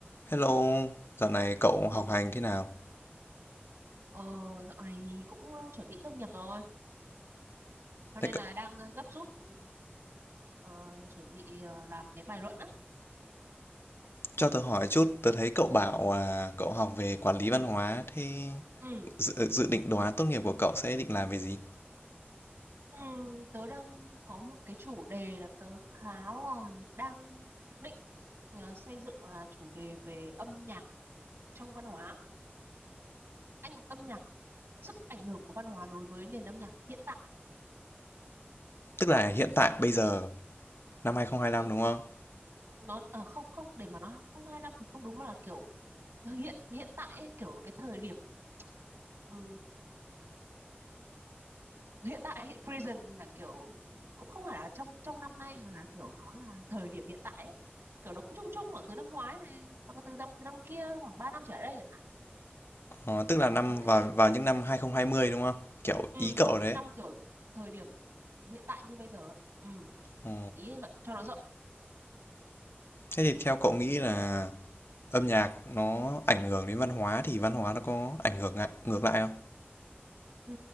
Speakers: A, on the left; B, on the right.
A: Hello, dạo này cậu
B: Ồ,
A: học hành thế nào?
B: ờ, dạo này thì cũng ờ, chuẩn bị tốt nghiệp rồi, cho nên
A: Thế cậu,
B: là đang ờ, gấp rút ừ, ờ, chuẩn bị ờ, làm cái bài luận á.
A: cho tớ hỏi chút, tớ thấy cậu bảo à, cậu học về quản lý văn hóa, thế
B: Ừ.
A: dự, dự định đồ án tốt nghiệp của cậu sẽ định làm về gì?
B: Ừ, tớ đang có một cái chủ đề là tớ khá là đang định ờ, xây dựng là chủ đề về âm nhạc trong văn hóa, anh âm nhạc sức ảnh hưởng của văn hóa đối với nền âm nhạc hiện tại.
A: Tức là hiện tại bây giờ năm 2025
B: Đúng,
A: đúng không?
B: nó ờ, không không để mà nó không 25 thì không đúng mà là kiểu hiện hiện tại ấy, kiểu cái thời điểm ừ, hiện tại thì Prison là kiểu cũng không phải là trong trong năm nay mà là kiểu nó là thời điểm hiện tại ấy. kiểu nó cũng chung chung khoảng từ năm ngoái này hoặc là từ năm từ năm kia khoảng 3 năm trở lại đây chẳng hạn
A: Ờ, tức là năm
B: có những
A: vào
B: sự
A: vào những năm 2020 đúng không? Kiểu
B: ừ,
A: ý cậu
B: vào những
A: đấy.
B: năm kiểu thời điểm hiện tại như bây giờ ạ. ừ,
A: Ờ,
B: ý anh vậy cho nó rộng
A: thế thì theo cậu nghĩ là âm nhạc nó ảnh hưởng đến văn hóa thì văn hóa nó có ảnh hưởng ngại, ngược lại không?
B: ừ,